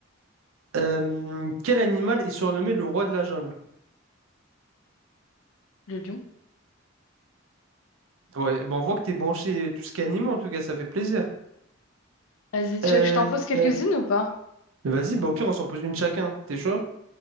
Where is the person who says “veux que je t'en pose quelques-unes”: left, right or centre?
Left